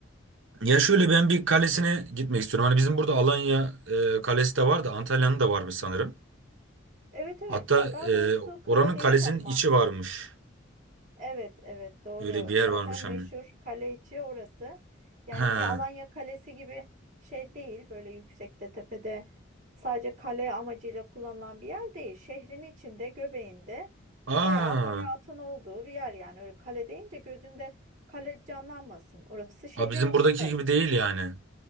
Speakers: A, on the right (about 70°); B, on the right (about 40°).
A: Ya şöyle ben bir kalesine gitmek istiyorum. Hani bizim burada Alanya e, kalesi de var da Antalya'nın da varmış sanırım.
B: Evet evet
A: Hatta
B: ya daha
A: e,
B: doğrusu kale
A: oranın
B: değil
A: kalesinin
B: ama
A: içi varmış.
B: evet evet doğru
A: Öyle bir yer
B: zaten
A: varmış
B: meşhur
A: hani.
B: kale içi orası yani
A: Ha.
B: bir Alanya Kalesi gibi şey değil böyle yüksekte tepede sadece kale amacıyla kullanılan bir yer değil şehrin içinde göbeğinde
A: Aa.
B: bayağı hayatın olduğu bir yer yani öyle kale deyince gözünde kale canlanmasın orası şehrin
A: Ha, bizim
B: içinde
A: buradaki gibi değil yani.